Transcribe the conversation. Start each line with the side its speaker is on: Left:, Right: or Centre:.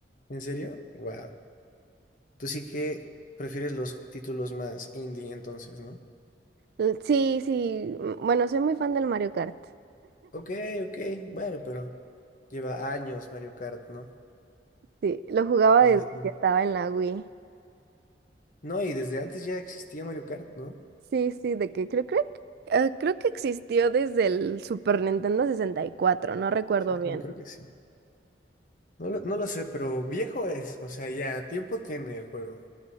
Left: ¿En serio? Wow. Tú sí que prefieres los títulos más indie entonces, ¿no?
Right: L- Sí, sí, m- bueno, soy muy fan del Mario Kart.
Left: Ok, ok, bueno, pero lleva años Mario Kart, ¿no?
Right: Sí, lo jugaba
Left: Dice
Right: desde
Left: sí. sí.
Right: que estaba en la Wii.
Left: No, y desde antes ya existía Mario Kart, ¿no?
Right: Sí, sí, de que creo, creo, que- eh, creo que existió desde el Super Nintendo 64, no recuerdo
Left: Sí,
Right: bien.
Left: bueno, creo que sí. No lo, no lo sé, pero viejo es, o sea, ya tiempo tiene el juego.